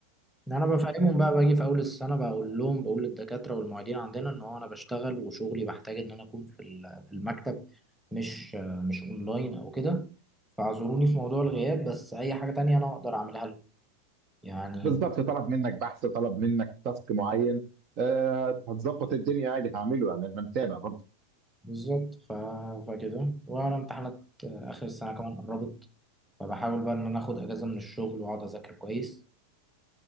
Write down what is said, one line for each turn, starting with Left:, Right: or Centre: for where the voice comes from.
Centre: إن انا بفهمهم بقى باجي في اول السنه بقول لهم بقول للدكاتره والمعيدين عندنا ان هو انا بشتغل وشغلي بحتاج ان انا اكون في ال- في المكتب مش آه، مش اونلاين او كده فاعذروني في موضوع الغياب بس اي حاجه تانية انا اقدر اعملها لكم يعني
Right: بالظبط طلب منك بحث طلب منك تاسك معين آه هتظبط الدنيا عادي هعمله يعني انا متابع برضه
Centre: بالظبط ف... فكده وانا امتحانات اخر السنه كمان قربت فبحاول بقى ان انا اخد اجازه من الشغل واقعد اذاكر كويس